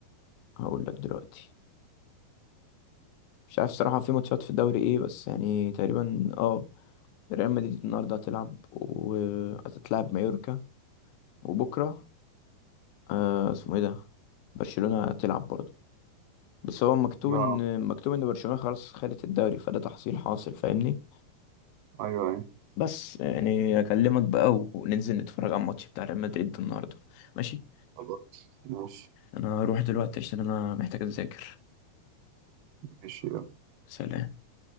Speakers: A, on the left; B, on the right.
A: هقول لك دلوقتي مش عارف صراحة في ماتشات في الدوري ايه بس يعني تقريبا اه ريال مدريد النهارده هتلعب وهتتلعب مايوركا وبكرة أه اسمه ايه ده برشلونة هتلعب برضه بس هو مكتوب
B: ما
A: ان مكتوب ان برشلونة خلاص خدت الدوري فده تحصيل حاصل فاهمني
B: أيوة أيوة
A: بس يعني اكلمك بقى وننزل نتفرج على الماتش بتاع ريال مدريد النهارده ماشي
B: خلاص ماشي
A: انا هروح دلوقتي عشان انا محتاج اذاكر
B: ماشي يلا
A: سلام